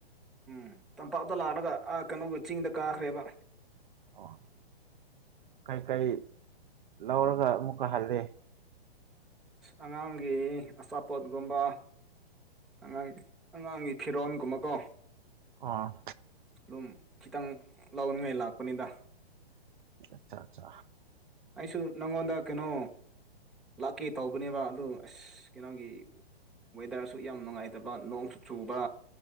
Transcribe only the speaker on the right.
ꯑꯣ ꯀꯩꯀꯩ ꯂꯧꯔꯒ ꯑꯃꯨꯛꯀ ꯍꯜꯂꯤ
ꯑꫭ
ꯑꯆꯥ ꯑꯆꯥ